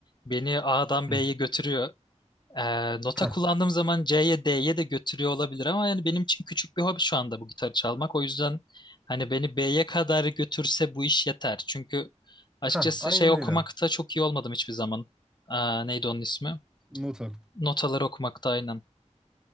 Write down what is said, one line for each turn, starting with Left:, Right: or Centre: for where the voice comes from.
Left: beni A'dan
Centre: Hı.
Left: B'ye götürüyor. Ee, nota
Centre: Hah,
Left: kullandığım zaman C'ye D'ye de götürüyor olabilir ama yani benim için küçük bir hobi şu anda bu gitarı çalmak. O yüzden hani beni B'ye kadar götürse bu iş yeter. Çünkü açıkçası
Centre: hah, aynen
Left: şey okumakta
Centre: öyle.
Left: çok iyi olmadım hiçbir zaman. Aa, neydi onun ismi?
Centre: Nota.
Left: Notaları okumakta aynen.